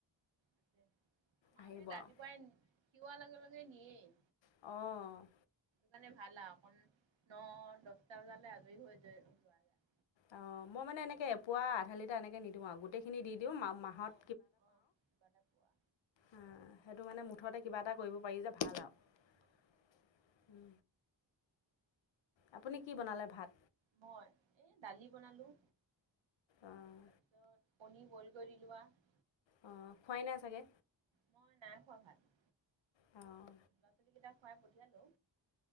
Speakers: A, on the right; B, on the left.
A: আছে আমাৰো
B: আহিব
A: সেই ৰাতিপুৱাই
B: আৰু
A: খিৰোৱাৰ লগে লগে নিয়েই।
B: অ'।
A: মানে ভাল আৰু অকন ন দহটা বজালৈ আজৰি হৈ যায় যোৱা যায়।
B: অ' মই মানে এনেক এপোৱা আধালিটাৰ এনেকে নিদিওঁ আৰু গোটেইখিনি দি দিওঁ মা মাহত
A: অহ অহ কিবা এটা পোৱা
B: উম সেইটো মানে মুঠতে কিবা এটা কৰিব পাৰি
A: অ',
B: যে ভাল আৰু।
A: অ', অ'।
B: আপুনি কি বনালে ভাত?
A: মই, এ দালি বনালোঁ।
B: অঁ
A: তাৰপিছত কণী বইল কৰি দিলোঁ আৰু।
B: অ', খোৱাই নাই চাগে?
A: মই নাই খোৱা ভাত।
B: অঁ
A: ল'ৰা-ছোৱালী কেইটা খুৱাই পঠিয়ালো,